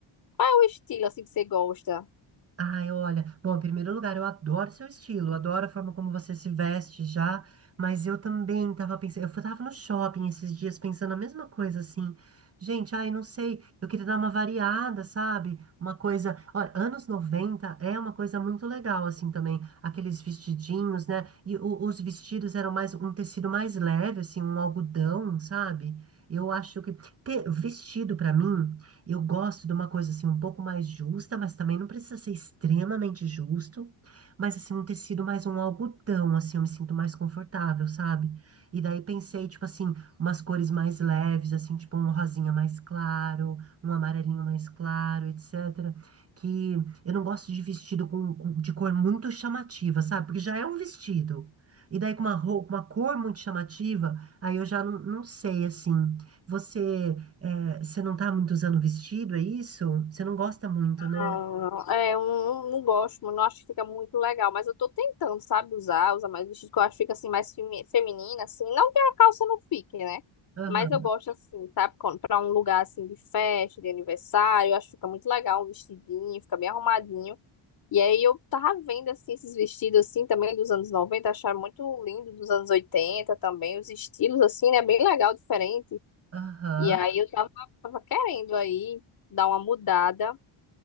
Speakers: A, on the left (about 45°); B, on the right (about 30°).
A: qual é o estilo assim que você gosta?
B: Ai, olha, bom, em primeiro lugar, eu adoro seu estilo, eu adoro a forma como você se veste já, mas eu também tava pensando, eu fui- tava no shopping esses dias pensando a mesma coisa, assim, gente, ai, não sei, eu queria dar uma variada, sabe? Uma coisa, olha, anos 90 é uma coisa muito legal, assim, também, aqueles vestidinhos, né? E o- os vestidos eram mais, um tecido mais leve, assim, um algodão, sabe? Eu acho que ter vestido pra mim eu gosto de uma coisa assim um pouco mais justa, mas também não precisa ser extremamente justo, mas assim um tecido mais um algodão, assim eu me sinto mais confortável, sabe? E daí pensei tipo assim, umas cores mais leves, assim, tipo um rosinha mais claro, um amarelinho mais claro, etc. Que eu não gosto de vestido com, com- de cor muito chamativa, sabe? Porque já é um vestido. E daí com uma roupa, uma cor muito chamativa, aí eu já não, não sei assim. Você é, você não tá muito usando vestido, é isso? Você não gosta muito, né?
A: Ah, é, eu não, não gosto, mas não acho que fica muito legal, mas eu tô tentando, sabe, usar, usar mais vestido que eu acho que fica assim mais femi- feminina, assim, não que a calça não fique, né?
B: Aham,
A: Mas eu gosto assim, sabe, quando- pra um lugar assim de festa, de aniversário, eu acho que fica muito legal um vestidinho, fica bem arrumadinho. E aí eu tava vendo assim esses vestidos assim também dos anos 90, acharam muito lindo dos anos 80 também, os estilos assim, né, bem legal, diferente.
B: aham.
A: E aí eu tava, tava querendo aí dar uma mudada.